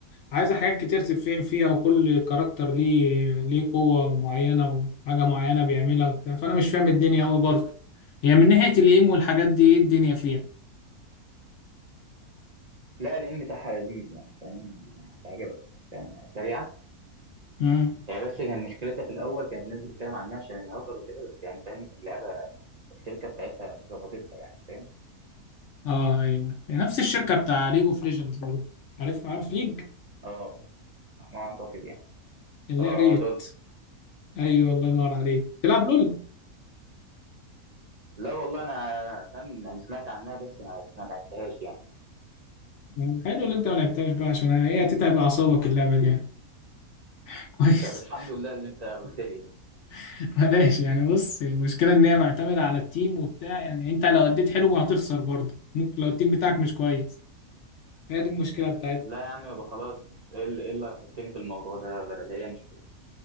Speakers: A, on the left; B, on the right.
A: عايزه حاجات كتير تتفهم فيها وكل كاركتر ليه ليه قوه معينه وحاجه معينه بيعملها وبتاع فانا مش فاهم الدنيا قوي برضو هي من ناحيه الايم والحاجات دي ايه الدنيا فيها
B: لا الام بتاعها لذيذ يعني فاهم يعني هتعجبك فاهم سريعه
A: امم
B: هي بس كان مشكلتها في الاول كانت الناس بتتكلم عنها عشان الهاكر وكده بس يعني فاهم اللعبه الشركه بتاعتها ظبطتها يعني فاهم
A: اه ايوه نفس الشركه بتاع ليج اوف ليجندز برضو عارف عارف ليج
B: اه ما اعتقد يعني
A: اللي
B: اه
A: هي ريت
B: آه، لول
A: ايوه الله ينور عليك تلعب لول
B: لا والله انا فاهم يعني سمعت عنها بس ما ما لعبتهاش يعني
A: يعني حلو اللي انت ما لعبتهاش بقى عشان هي هتتعب اعصابك اللعبه دي يعني <laughs> كويس
B: طب الحمد لله اللي انت قلت لي يعني.
A: <laughs> بلاش يعني بص المشكلة إن هي معتمدة على التيم وبتاع يعني أنت لو أديت حلو ما هتخسر برضه ممكن لو التيم بتاعك مش كويس هي دي المشكلة بتاعتها
B: لا يا عم يبقى خلاص ايه اللي إيه اللي هيحطني في الموضوع ده بدل هي مش